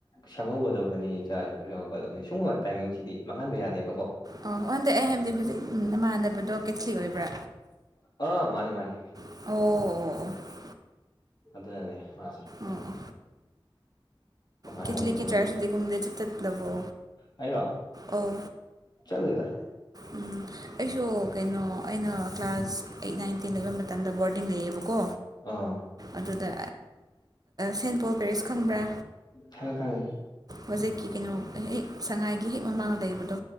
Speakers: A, on the left; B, on the right.
A: ꯁꯪꯍꯧꯒꯗꯕꯅꯤ ꯏꯆꯥꯁꯨ ꯌꯉꯛꯀꯗꯕꯅꯤ ꯁꯤꯒꯨꯝꯕ ꯇꯥꯏꯃꯤꯡꯁꯤꯗꯤ ꯃꯥꯡꯍꯟꯕ ꯌꯥꯗꯦꯕꯀꯣ
B: ꯑꯣ ꯑꯣꯟꯗꯦ ꯑꯩ ꯍꯥꯏꯕꯗꯤ ꯍꯧꯖꯤꯛ ꯅꯃꯥꯟꯅꯕꯗꯣ ꯀꯦꯊꯂꯤꯛ ꯑꯣꯏꯕ꯭ꯔꯥ
A: ꯑꯣ ꯑ ꯃꯥꯅꯦ ꯃꯥꯅꯦ
B: ꯑꯣ ꯑꯣ ꯑꯣ
A: ꯑꯗꯨꯗꯗꯦ ꯃꯥꯁꯦ
B: ꯑꯣ
A: ꯑꯗꯨꯃꯥꯏꯅ
B: ꯀꯦꯊꯂꯤꯛꯀꯤ
A: ꯑꯣꯏꯕ ꯈꯪꯕꯨ
B: ꯆꯔꯆꯇꯒꯨꯝꯕꯗꯤ ꯆꯠꯂꯕꯣ
A: ꯍꯥꯏꯔꯣ
B: ꯑꯧ
A: ꯆꯠ ꯂꯩꯗ
B: ꯎꯝ ꯑꯩꯁꯨ ꯀꯩꯅꯣ ꯑꯩꯅ ꯀ꯭ꯂꯥꯁ ꯑꯩꯠ ꯅꯥꯏꯟ ꯇꯦꯟ ꯂꯩꯕ ꯃꯇꯝꯗ ꯕꯣꯔꯗꯤꯡ ꯂꯩꯌꯦꯕꯀꯣ
A: ꯑꯥ
B: ꯑꯗꯨꯗ ꯁꯦꯟ ꯄꯣꯜ ꯄꯦꯔꯤꯦꯁ ꯈꯪꯕ꯭ꯔꯥ
A: ꯈꯪꯉꯦ ꯈꯪꯉꯦ
B: ꯍꯧꯖꯤꯛꯀꯤ ꯀꯩꯅꯣ ꯍꯦꯛ ꯁꯉꯥꯏꯒꯤ ꯍꯦꯛ ꯃꯃꯥꯡꯗ ꯂꯩꯕꯗꯣ